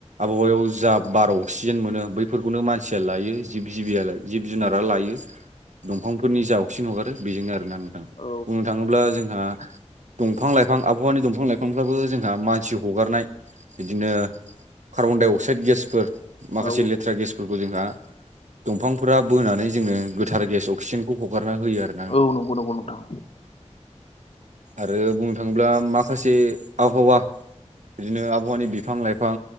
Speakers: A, on the right; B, on the left.
A: आबहावायाव जा बार अक्सिजेन मोनो बैफोरखौनो मानसिया लायो जिब जिबिया लायो। जिब जुनारा लायो। दंफांफोरनि जाव सिन हगारो बेजोंनो आरो ना नोंथां।
B: औ
A: बुंनो थाङोब्ला जोंहा दंफां लाइफां आबहावानि दंफां लाइफ फांफ्राबो जोंहा मानसि हगारनाय बिदिनो कार्बन डाइ अक्साइड गेसफोर माखासे
B: औ
A: लेथ्रा गेसफोरखौ जोंहा दंफां फोरा बोनानै जोंनो गोथार गेस अक्सिजेनखौ हगारना होयो आरो।
B: औ नंगौ नंगौ नोंथां।
A: आरो बुंनो थाङोब्ला माखासे आबहावा बिदिनो आबहावानि बिफां लाइफां